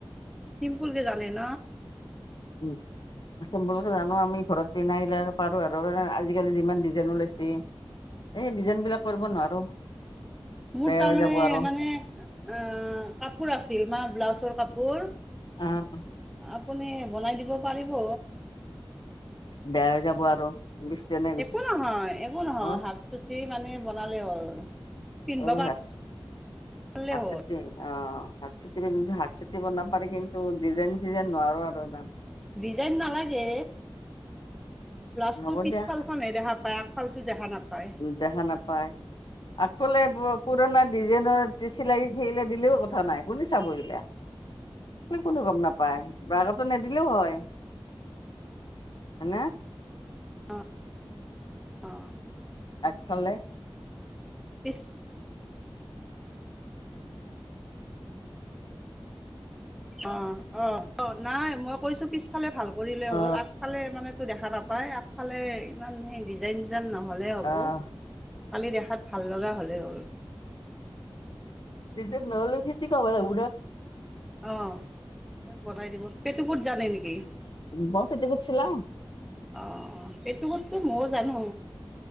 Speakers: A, in the centre; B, on the left (about 55°).
A: চিম্পুলকে জানে ন
B: উম চিম্পুলকে জানো আমি ঘৰত পিন্ধাবিলাকে পাৰো আৰু আজিকালি যিমান ডিজাইন ওলাইছে এই ডিজাইন বিলাক কৰিব নোৱাৰো।
A: মোৰ
B: বেয়া
A: তাৰ
B: হৈ
A: মানে
B: যাব আৰু
A: মানে আ কাপোৰ আছিল মান ব্লাউজৰ কাপোৰ
B: অ'
A: আপুনি বনাই দিব পাৰিব।
B: বেয়া হৈ যাব আৰু। <inaudible>
A: একো নহয় একো নহয়
B: মই
A: হাতচুটি মানে বনালে হ'ল। পিন্ধিব
B: অ', হাতচুটি।
A: পাৰিলে
B: হাতচুটি
A: হ'ল
B: অ' হাত চুটি হাত চুটি বনাব পাৰে কি কিন্তু ডিজাইন-চিজাইন নোৱাৰো আৰু ইমান।
A: ডিজাইন নালাগে, ব্লাউজ
B: হ'ব
A: টো পিছফাল
B: দিয়া
A: নেদেখা পাই আফালতো দেখা নাপায়।
B: দেখা নাপাই। আফালে পুৰণা ডিজাইনৰ চিলাই দিলেও কথা নাই খুনিছা চাবহিলা। কোনো গম নাপায় বগতো নিদিলেও হয়। হয়নে।
A: অ' অ'।
B: আগফালে
A: পিছ অ' অ' অ' নাই মই কৈছো পিছফালে ভাল কৰিলে
B: অ
A: হ'ল, আগফালে মানে টো দেখা নাপায়, আগফালে ইমান সেই ডিজাইন-চিজাইন নহ'লে হ'ব।
B: আহ
A: খালি দেখাত ভাল ল'গা হলেই হ'ল।
B: পিছে নহলে কি কি কব লাগিব পো
A: অ' বনাই দিব, পেটিকোট জানে নেকি?
B: মই পেটিকোট চিলাও।
A: অ' পেটিকোট টো ময়ও জানো।